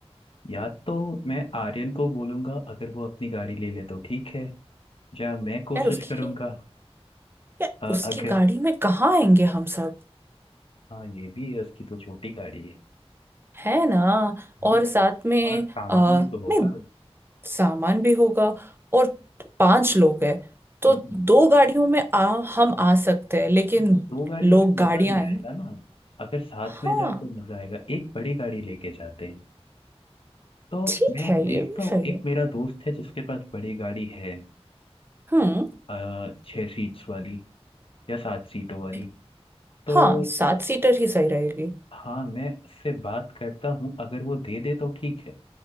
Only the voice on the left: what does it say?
या तो मैं आर्यन को बोलूंगा अगर वो अपनी गाड़ी ले ले तो ठीक है या मैं कोशिश
करूंगा
अ,
अगर
हाँ ये भी है उसकी तो छोटी गाड़ी है
हम्म,
और सामान
भी तो होगा
हम्म
लेकिन दो गाड़ियों
में
मजा नहीं
आएगा ना अगर साथ
में जाए तो मजा आएगा एक बड़ी गाड़ी लेके जाते हैं तो
मैं
देखता
हूँ
एक
मेरा दोस्त है जिसके पास बड़ी गाड़ी है
अ, छह सीट्स वाली या सात सीटों वाली
तो
हाँ मैं उससे बात करता हूँ अगर वो दे दे तो ठीक है